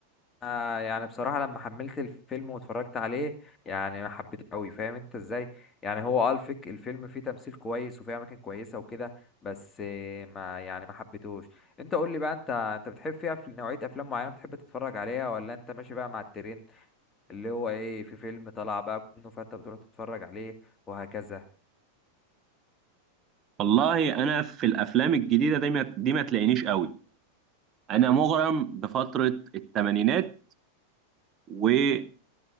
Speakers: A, on the left (about 20°); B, on the right (about 30°).
A: آه يعني بصراحة لما حملت الفيلم واتفرجت عليه يعني ما حبيته قوي فاهم انت ازاي يعني هو اه الفك الفيلم فيه تمثيل كويس وفيه اماكن كويسة وكده بس آه، ما يعني ما حبيتهوش انت قول لي بقى انت انت بتحب فيها في نوعية افلام معينة بتحب تتفرج عليها ولا انت ماشي بقى مع الترند اللي هو ايه في فيلم طلع بقى كله فانت بتروح تتفرج عليه وهكذا
B: والله انا في الافلام الجديده دي ما دي ما تلاقينيش قوي انا مغرم بفتره الثمانينات ونهايه